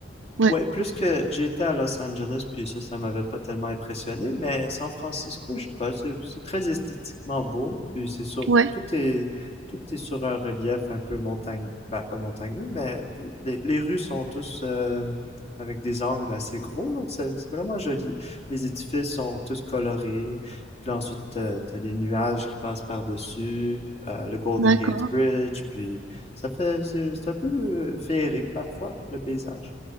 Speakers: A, on the right; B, on the left.
A: ouais,
B: Ouais, plus que j'étais à Los Angeles, puis ça, ça m'avait pas tellement impressionné, mais San Francisco, je sais pas, c'est c'est très esthétiquement beau, puis c'est sur,
A: ouais,
B: tout est, tout est sur un relief un peu montagne, ben pas montagneux, mais les, les rues sont tous euh, avec des angles assez gros, donc c'est c'est vraiment joli. Les édifices sont tous colorés, puis là, ensuite t'as, t'as les nuages qui passent par-dessus, euh, le Golden
A: d'accord.
B: Gate Bridge, puis ça fait, c'est c'est un peu euh, féerique parfois, le paysage.